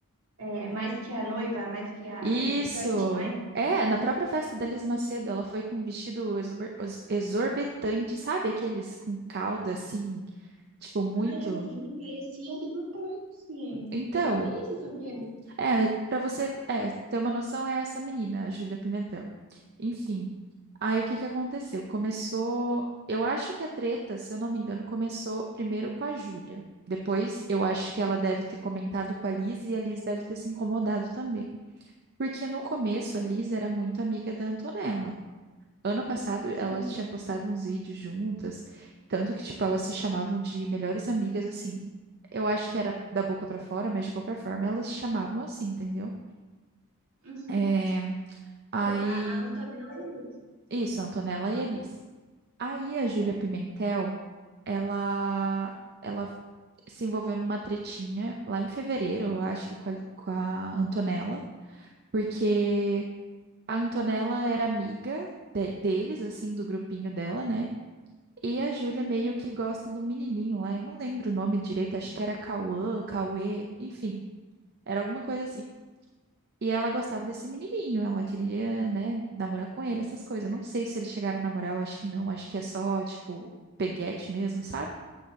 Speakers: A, on the right (about 65°); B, on the right (about 45°).
A: é, mais que a noiva, mais que a
B: Isso!
A: debutante, não é?
B: É, na própria festa da Liz Macedo, ela foi com um vestido exorbi- ex- exorbitante, sabe? Aqueles com cauda, assim, tipo, muito.
A: Ai, eu vi, parecia debutante.
B: Então,
A: Eu só vi isso sobre ela.
B: é, pra você, é, ter uma noção, é essa menina, a Júlia Pimentel. Enfim. Aí o que que aconteceu? Começou. Eu acho que a treta, se eu não me engano, começou primeiro com a Júlia. Depois, eu acho que ela deve ter comentado com a Liz e a Liz deve ter se incomodado também. Porque no começo a Liz era muito amiga da Antonella. Ano passado
A: Sim.
B: ela tinha postado uns vídeos juntas, tanto que tipo elas se chamavam de melhores amigas assim. Eu acho que era da boca pra fora, mas de qualquer forma elas se chamavam assim, entendeu?
A: Uhum.
B: É... Aí,
A: Sim, a, a Antonella e a Liz.
B: isso, a Antonella e a Liz. Aí a Júlia
A: Tá.
B: Pimentel, ela, ela se envolveu numa tretinha lá em fevereiro, eu acho que com a, com a Antonella, porque a Antonella era amiga de- deles, assim, do grupinho dela, né? E a Júlia
A: Uhum.
B: meio que gosta de um menininho lá, eu não lembro o nome direito, acho que era Cauã, Cauê, enfim, era alguma coisa assim. E ela gostava desse menininho, ela queria, né, namorar com ele, essas coisas. Eu não sei se eles chegaram a namorar, eu acho que não, acho que é só, tipo, peguete mesmo, sabe?